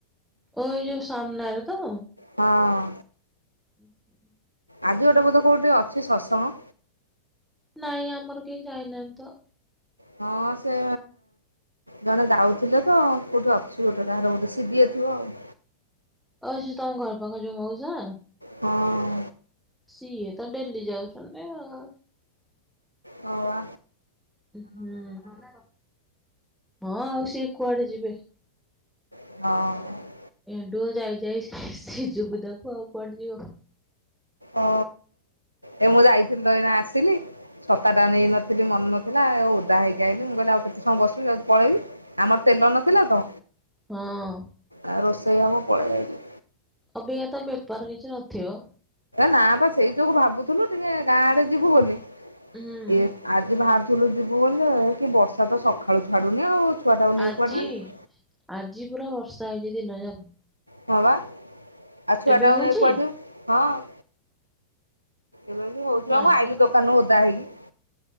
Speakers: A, in the centre; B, on the right.
A: ଓ ଏଇ ଯୋଉ ସାମ୍ନାରେ ତ।
B: ହଁ।
A: <inaudible>
B: ଆଜି ଗୋଟେ ବୋଧ କୋଉଠି ଅଛି ଶତ୍ସଙ୍ଗ?
A: ନାଇଁ ଆମର କେହି ଯାଇନାହାନ୍ତି ତ।
B: ହଁ, ସେ ଜଣେ ଯାଉଥିଲେ ତ କୋଉଠି ଅଛି ଗୋଟେ କାହାର ଗୋଟେ ସିିବି ଥିବ ଆଉ।
A: ଓ ସେ ଯୋଉ ତମ ଘର ପାଖରେ ଯୋଉ ମଉସା?
B: ହଁ।
A: ସିଏ ତ ଡେଲି ଯାଉଛନ୍ତି ଆଉ।
B: ହଁ, ବା।
A: ହୁଁ, ହଁ ଆଉ ସିଏ କୁଆଡେ ଯିବେ।
B: ହଁ।
A: ଏଣ୍ଡୁଅ ଯାଇ ଯାଇ ସିଯୁବୁଦାକୁ ଆଉ କୁଆଡେ ଯିବ।
B: ଓ, ଏ ମୁଁ ଯାଇଥିଲି ତ ଏଇନା ଆସିଲି। ଛତାଟା ନେଇନଥିଲି ମନେ ନଥିଲା ଆଉ ଓଦା ହେଇକି ଆଇଲି, ମୁଁ କହିଲି ଆଉ କେତେ ସମୟ ବସିବି ଯାଉଚି ପଳେଇବି। ଆମର ତେଲ ନଥିଲା ତ,
A: ହଁ
B: ଆ ରୋଷେଇ ହବ ପଳେଇ ଆଇଲି।
A: ଏବେ ଏତେ ବେପାର କିଛି ନଥିବ।
B: ନା ବା ସେଇ ଯୋଗୁ ଭାବୁଥିଲୁ ଟିକେ ଗାଁ ଆଡେ ଯିବୁ ବୋଲି।
A: ହୁଁ
B: ଇଏ ଆଜି ବାହାରାରୁଥିଲୁ ଯିବୁ ବୋଲି। କି ବର୍ଷା ତ ସକାଳୁ ଛାଡୁନି ଆଉ। ଛୁଆଟାକୁ ନେଇ
A: ଆଜି
B: କୁଆଡେ ଯିବି
A: ଆଜି ପୁରା ବର୍ଷା ହେଇଛି ଦିନ ଯାକ
B: ହଁ ବା, ଆଉ ଛୁଆଟାକୁ
A: ଏବେ ହଉଛି?
B: ନେଇ କୁଆଡେ ଯିବୁ। ହଁ ଏବେ ବି ହଉଛି
A: ନାଇଁ
B: ବା ମୁଁ ଆଇିଲି
A: ମ।
B: ଦୋକାନରୁ ଓଦା ହେଇକି।